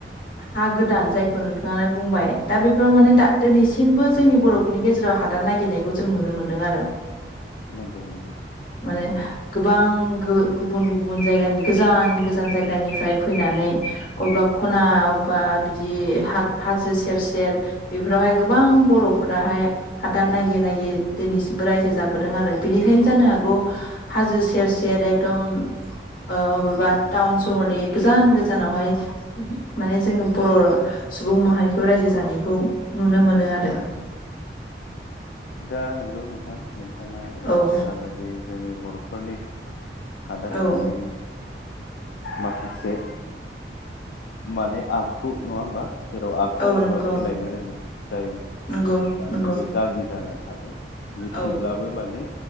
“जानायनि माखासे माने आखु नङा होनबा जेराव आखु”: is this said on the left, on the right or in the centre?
Left